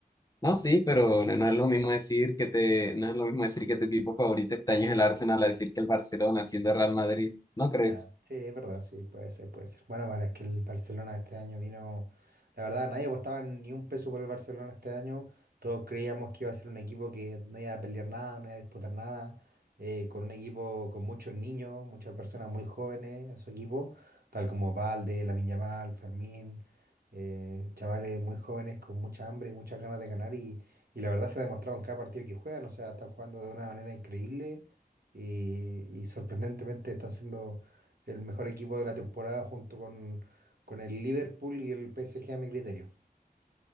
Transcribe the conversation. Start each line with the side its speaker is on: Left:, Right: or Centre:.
Left: No, sí, pero no, no es lo mismo decir que te, no es lo mismo decir que tu equipo favorito este año es el Arsenal a decir que el Barcelona siendo el Real Madrid, ¿no crees?
Right: Ya, sí, es verdad, sí, puede ser, puede ser. Bueno, bueno, es que el Barcelona este año vino, la verdad, nadie apostaba ni un peso por el Barcelona este año. Todos creíamos que iba a ser un equipo que no iba a pelear nada, no iba a disputar nada, eh, con un equipo con muchos niños, muchas personas muy jóvenes en su equipo, tal como Valde, Lamine Yamal, Fermín, eh, chavales muy jóvenes con mucha hambre y muchas ganas de ganar y, y la verdad se ha demostrado en cada partido que juegan, o sea, están jugando de una manera increíble y, y sorprendentemente están siendo el mejor equipo de la temporada junto con, con el Liverpool y el PSG a mi criterio.